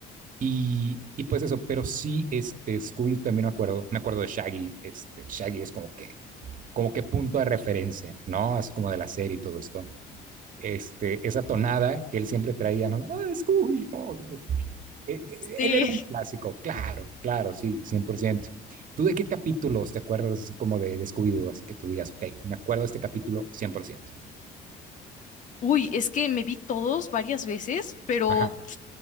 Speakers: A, on the right; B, on the left.
A: Y, y pues eso, pero sí, este, Scooby-Doo también me acuerdo, me acuerdo de Shaggy, este, Shaggy es como que, como que punto de referencia, ¿no? Así como de la serie y todo esto este, esa tonada que él siempre traía, ¿no? Ah, Scooby, ¿no? Él
B: sí.
A: era un clásico, claro, claro, sí, cien por ciento ¿Tú de qué capítulos te acuerdas como de, de Scooby-Doo? Así que tú digas, ok, me acuerdo de este capítulo cien por ciento
B: Uy, es que me vi todos varias veces, pero...
A: Ajá.